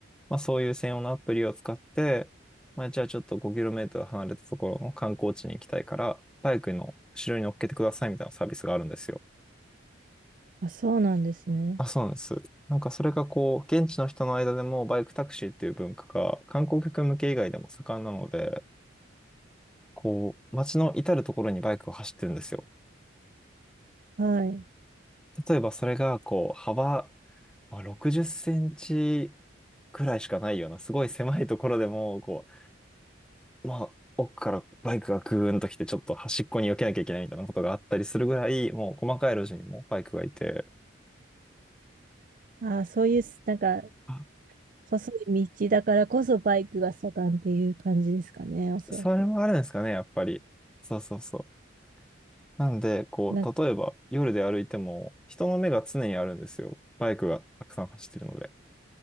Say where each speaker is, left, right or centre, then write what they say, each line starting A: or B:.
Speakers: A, in the centre; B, on the right.
A: まあ、そういう専用のアプリを使って、まあ、じゃあちょっと5トル離れたところの観光地に行きたいから、バイクの後ろに乗っけてくださいみたいなサービスがあるんですよ。
B: あ、そうなんですね。
A: あ、そうなんです。なんかそれがこう、現地の人の間でもバイクタクシーっていう文化が観光客向け以外でも盛んなので、こう、街の至るところにバイクが走ってるんですよ。
B: はい。
A: 例えばそれがこう幅、まあ、60センチくらいしかないようなすごい狭いところでもこう、まあ、奥からバイクがグーンと来てちょっと端っこに避けなきゃいけないみたいなことがあったりするぐらいもう細かい路地にもバイクがいて
B: あ、そういう、なんか、
A: あ
B: 細い道だからこそバイクが盛んっていう感じですかね、おそらく。
A: それもあるんですかねやっぱりそうそうそうなんでこう例えば夜で歩いても人の目が常にあるんですよバイクがたくさん走ってるので
B: なんか、